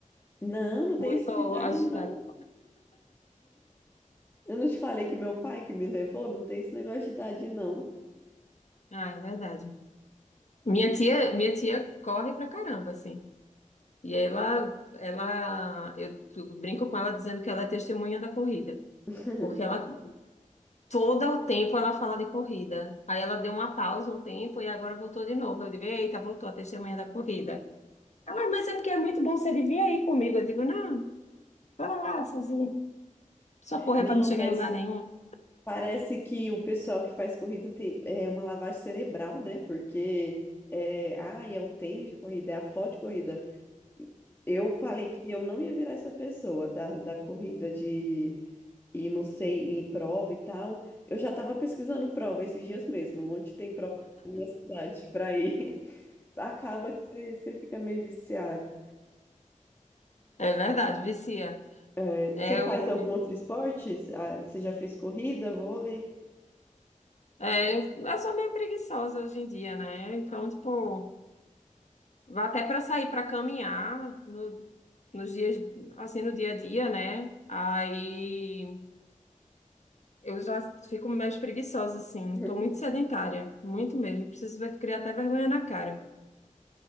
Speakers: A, on the left; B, on the left.
A: Não, não
B: Muito
A: tem isso de idade,
B: agitada.
A: não. Eu não te falei que meu pai que me levou, não tem esse negócio de idade, não.
B: Ah, é verdade. Minha tia, minha tia corre pra caramba, assim. E ela, ela, eu brinco com ela dizendo que ela é testemunha da corrida,
A: <laughs>
B: porque ela Todo o tempo ela fala de corrida. Aí ela deu uma pausa um tempo e agora voltou de novo. Eu digo, eita, voltou a testemunha da corrida. Ela, mas é porque é muito bom você vir aí comigo. Eu digo, não, vai lá, sozinho. Só correr
A: Não,
B: para não chegar
A: mas
B: em lugar nenhum.
A: parece que o pessoal que faz corrida tem, é uma lavagem cerebral, né? Porque é, ah, é o tênis de corrida, é a foto de corrida. Eu falei que eu não ia virar essa pessoa da, da corrida de e não sei, em prova e tal. Eu já estava pesquisando prova esses dias mesmo, onde tem prova na minha cidade para ir. acaba que você você fica meio viciado.
B: É verdade, vicia.
A: É, Você
B: É
A: faz
B: o.
A: algum outro esporte? Ah, Você já fez corrida, vôlei?
B: É, eu sou meio preguiçosa hoje em dia, né? Então, tipo, vá até para sair para caminhar no, nos dias, assim, no dia a dia, né? Aí. Eu já fico mais preguiçosa, assim.
A: <laughs>
B: Tô muito sedentária, muito mesmo. Preciso ver- criar até vergonha na cara.